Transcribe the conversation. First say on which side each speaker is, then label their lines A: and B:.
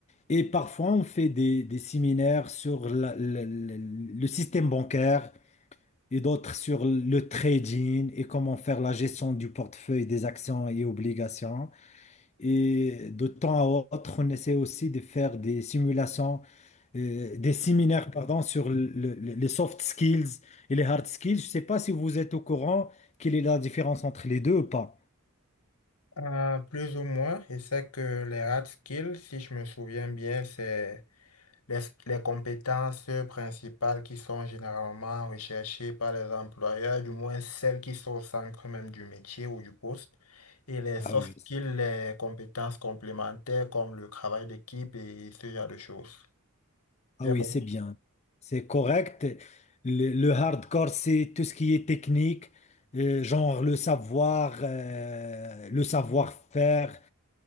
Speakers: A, on the left; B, on the left.
A: Et parfois, on fait des, des séminaires sur la- le le- le système bancaire et d'autres sur le trading et comment faire la gestion du portefeuille des actions et obligations. Et de temps à autre, on essaie aussi de faire des simulations euh, des séminaires, pardon, sur le- le- les soft skills et les hard skills. Je ne sais pas si vous êtes au courant quelle est la différence entre les deux ou pas.
B: Euh, plus ou moins, et c'est que les hard skills, si je me souviens bien, c'est Les, les compétences principales qui sont généralement recherchées par les employeurs, du moins celles qui sont au centre même du métier ou du poste, et les
A: Ah
B: soft
A: oui.
B: skills,
A: c-
B: les compétences complémentaires comme le travail d'équipe et ce genre de choses.
A: Ah
B: J'ai
A: oui,
B: bon,
A: c'est bien. C'est correct. Le, le hardcore, c'est tout ce qui est technique, euh, genre le savoir, euh, le savoir-faire.